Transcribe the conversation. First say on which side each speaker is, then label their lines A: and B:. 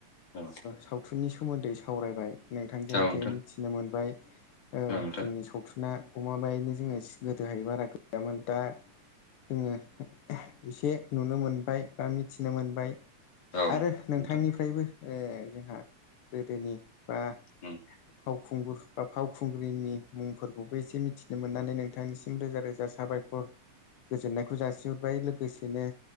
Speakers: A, on the left (about 40°); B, on the left (about 70°).
A: औ
B: सावथुननि सोमोनदै सावरायबाय नोंथांजों
A: औ नोंथां
B: जे मिथिनो मोनबाय ओ
A: औ नोंथां
B: जोंनि सावथुन ना गमामायैनो जोङो गोदोहाय बारा गैयामोन दा जोङो एसे नुनो मोनबाय बा मिथिनो मोनबाय
A: औ
B: आरो
A: नोंथां
B: नोंथांनिफ्रायबो जोंहा गोदोनि बा फाव
A: उम
B: फावखुंगुर बा फावखुंग्रिनि मुंफोरखौबो एसे मिथिनो मोननानै नोंथांनिसिम रोजा रोजा साबायखर गोजोननायखौ जासिहरबाय लोगोसेनो